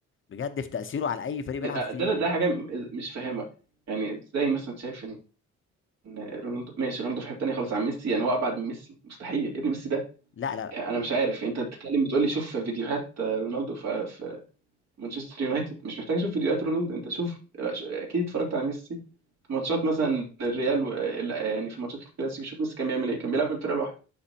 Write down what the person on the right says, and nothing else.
آه،
ده ده حاجه م- مش فاهمها يعني ازاي مثلا شايف ان إن رونالدو ماشي رونالدو في حته تانيه خالص عن ميسي يعني هو ابعد من ميسي مستحيل يا ابني ميسي ده
انا مش عارف انت بتتكلم بتقول لي شوف فيديوهات آه، رونالدو ف- في مانشستر يونايتد مش محتاج اشوف فيديوهات رونالدو انت شوف اكيد اتفرجت على ميسي في ماتشات مثلا الريال و... لا، يعني في ماتشات الكلاسيكو شوف ميسي كان بيعمل ايه كان بيلعب الفرقه لوحده